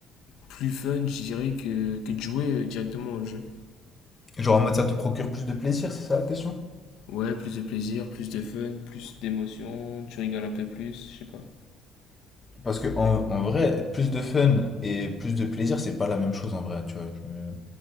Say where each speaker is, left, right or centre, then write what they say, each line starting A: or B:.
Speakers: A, on the left; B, on the left.
A: plus fun, je dirais, que, que de jouer euh, directement au jeu.
B: Genre en mode ça te procure plus de plaisir, c'est ça la question?
A: Ouais, plus de plaisir, plus de fun, plus d'émotion, tu rigoles un peu plus, je sais pas.
B: Parce que en, en vrai, plus de fun et plus de plaisir, c'est pas la même chose en vrai, tu vois. Je me-